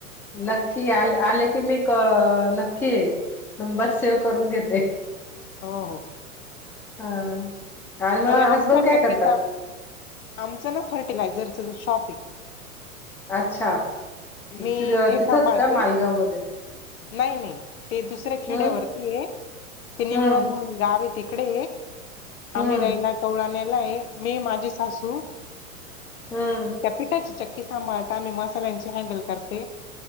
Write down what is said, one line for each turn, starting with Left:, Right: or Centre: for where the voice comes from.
Centre: नक्की आले -आले की मी क नक्की येईल. नंबर सेव्ह करून घेते
Left: हो हो
Centre: हा. आणि मग
Left: आमच्या
Centre: हसबंड काय
Left: चक्कीचा
Centre: करतात?
Left: आमचं ना फर्टिलायझरच शॉपये.
Centre: अच्छा!
Left: मी
Centre: ति
Left: हे
Centre: तिथंच
Left: सांभाळते
Centre: का मालगाव मध्ये?
Left: नाही, नाही ते दुसऱ्या खेड्यावरती
Centre: हम्म
Left: आहे ते निमगाव
Centre: हम्म
Left: म्हणून गाव आहे तीकडे
Centre: हम्म
Left: आम्ही राहिला कवळाणेला हाये, मी, माझी सासू
Centre: हम्म
Left: <unintelligible> पिठाची चक्की सांभाळता मी मसाल्यांची हँडल करते